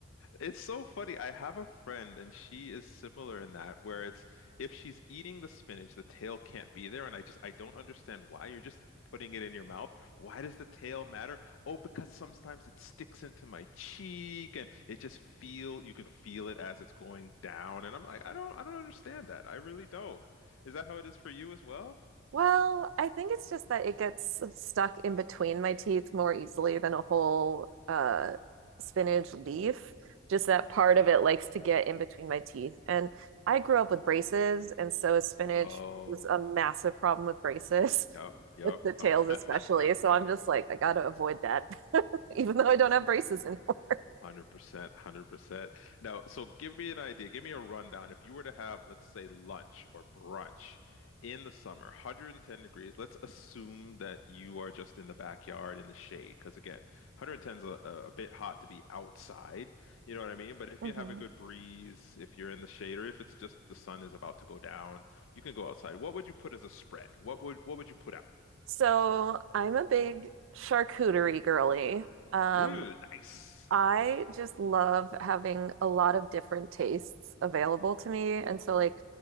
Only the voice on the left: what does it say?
it's so funny. I have a friend, and she is similar in that, where it's if she's eating the spinach, the tail can't be there, and I just I don't understand why. You're just putting it in your mouth. Why does the tail matter? Oh, because sometimes it sticks into my cheek, and it just feel you can feel it as it's going down, and I'm like, I don't I don't understand that. I really don't. Is that how it is for you as well?
hmm
Oh,
yep,
yep.
<laughs>
100%, 100%. Now, so give me an idea. Give me a rundown. If you were to have, let's say, lunch or brunch in the summer, 110 degrees, let's assume that you are just in the backyard in the shade. Because again, 110 is a, a a bit hot to be outside. You know what I mean? But if
you have a good breeze, if you're in the shade, or if it's just the sun is about to go down, you can go outside. What would you put as a spread? What would what would you put out?
Ooh, nice.